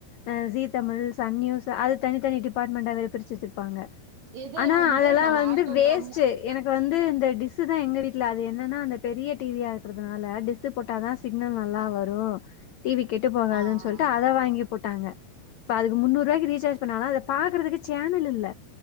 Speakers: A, on the left (about 85°); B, on the right (about 60°).
A: அ ஜி தமிழ் சன் நியூஸ் அது தனித்தனி டிபார்ட்மெண்டா வேற பிரிச்சு வச்சுருப்பாங்க
B: எது
A: ஆனா
B: வந்து
A: அதெல்லா
B: நம்ம
A: வந்து
B: ஆட் பண்றோமோ
A: வேஸ்ட்டு எனக்கு வந்து இந்த டிஷ் தா எங்க வீட்ல அது என்னன்னா அந்த பெரிய டி வி யா இருக்கறதுனால டிஷ் போட்ட தா சிக்னல் நல்லா வரும் டி வி கெட்டு போகாதுன்னு
B: ஆ ஆ
A: சொல்லிட்டு
B: ஆ
A: அத வாங்கி போட்டாங்க இப்ப அது முன்னூறு ரூபாய்க்கு ரீசார்ஜ் பண்ணாலும் அத பாக்குறதுக்கு சேனல் இல்ல